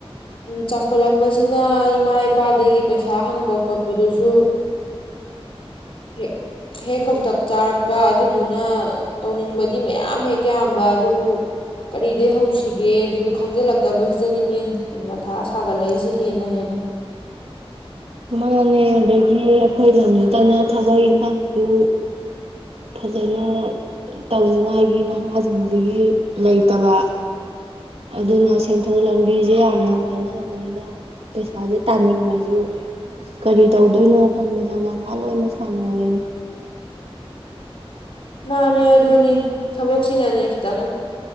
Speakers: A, on the left (about 65°); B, on the right (about 75°).
A: ꯆꯥꯎꯈꯠꯂꯛꯄꯁꯤꯅ ꯏꯃꯥ ꯏꯄꯥꯗꯒꯤ ꯄꯩꯁꯥ ꯍꯪꯕ ꯈꯣꯠꯄꯗꯨꯁꯨ ꯍꯦꯛ ꯍꯦꯛ ꯀꯧꯇꯛ ꯆꯥꯔꯛꯄ ꯑꯗꯨꯗꯨꯅ ꯇꯧꯅꯤꯡꯕꯗꯤ ꯃꯌꯥꯝ ꯍꯦꯛ ꯌꯥꯝꯕ ꯑꯗꯨꯕꯨ ꯀꯔꯤꯗꯒꯤꯩ ꯍꯧꯁꯤꯒꯦ ꯑꯗꯨꯁꯨ ꯈꯪꯖꯤꯜꯂꯛꯇꯕꯁꯤꯗꯅꯤꯅꯦ ꯃꯊꯥ ꯁꯥꯒꯠꯂꯛꯏꯁꯦ ꯍꯦꯟꯅ ꯍꯦꯟꯅ
B: ꯃꯥꯡꯉꯦ ꯑꯗꯒꯤ ꯑꯩꯈꯣꯏ ꯂꯝꯁꯤꯗꯅ ꯊꯕꯛ ꯏꯪꯈꯥꯡꯁꯨ ꯐꯖꯅ ꯇꯧꯅꯤꯡꯉꯥꯏꯒꯤ ꯅꯍꯥꯁꯤꯡꯁꯤꯒꯤ ꯂꯩꯇꯕ ꯑꯗꯨꯅ ꯁꯦꯟꯊꯣꯛ ꯂꯝꯕꯤꯁꯦ ꯌꯥꯝꯅ ꯋꯥꯅꯕꯅꯤꯅ ꯄꯩꯁꯥꯁꯦ ꯇꯥꯅꯤꯡꯉꯁꯨ ꯀꯔꯤ ꯇꯧꯗꯣꯏꯅꯣ ꯈꯪꯕꯗ ꯃꯁꯥ ꯂꯣꯏꯅ ꯁꯥꯟꯅꯔꯦꯅ
A: ꯃꯥꯅꯦ ꯑꯗꯨꯅꯦ ꯊꯕꯛꯁꯤꯅꯅꯦ ꯈꯤꯇꯪ